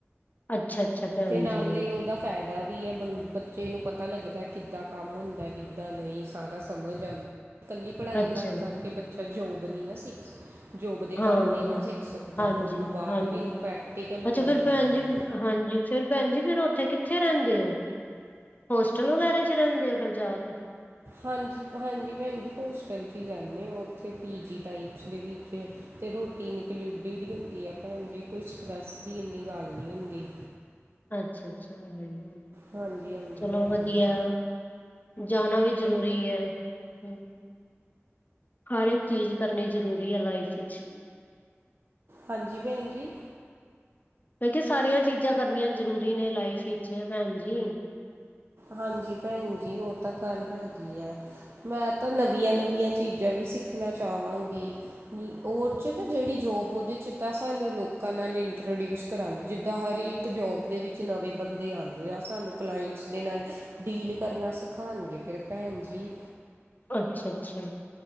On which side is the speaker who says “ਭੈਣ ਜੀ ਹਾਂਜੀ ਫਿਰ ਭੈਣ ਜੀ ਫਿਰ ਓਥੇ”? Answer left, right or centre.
Left